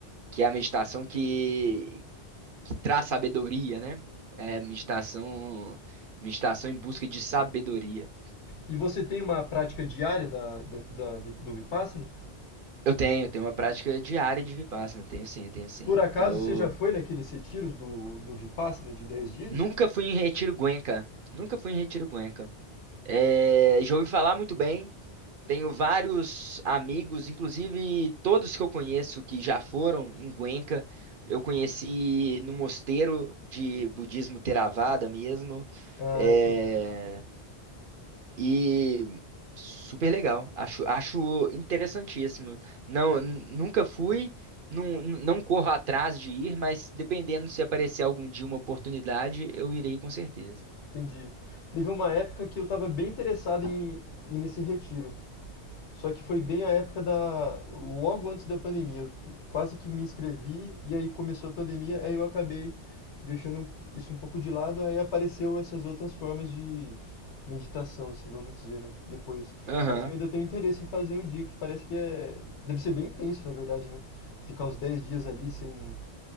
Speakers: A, on the right (about 55°); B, on the left (about 85°).
A: que é a meditação que traz sabedoria, né? É meditação, meditação em busca de sabedoria.
B: E você tem uma prática diária da, da- da vi- do Vipassana?
A: Eu tenho, eu tenho uma prática diária de Vipassana, tenho sim, tenho sim.
B: Por acaso
A: Eu
B: você já foi naqueles retiros do, do Vipassana de 10 dias?
A: nunca fui em retiro Cuenca, nunca fui em retiro Cuenca. É, já ouvi falar muito bem, tenho vários amigos, inclusive todos que eu conheço que já foram em Cuenca, eu conheci no mosteiro de budismo Theravada mesmo.
B: Ah,
A: É,
B: entendi.
A: E super legal. Acho, acho interessantíssimo. Não, n- nunca fui, não, não corro atrás de ir, mas dependendo se aparecer algum dia uma oportunidade, eu irei com certeza.
B: Entendi. Teve uma época que eu estava bem interessado em ir nesse retiro. Só que foi bem a época da, logo antes da pandemia. Eu quase que me inscrevi e aí começou a pandemia, aí eu acabei deixando isso um pouco de lado, aí apareceu essas outras formas de meditação, assim, vamos dizer, né? Depois.
A: Aham.
B: Mas eu ainda tenho interesse em fazer um dia que parece que é, deve ser bem intenso, na verdade, né? Ficar os 10 dias ali sem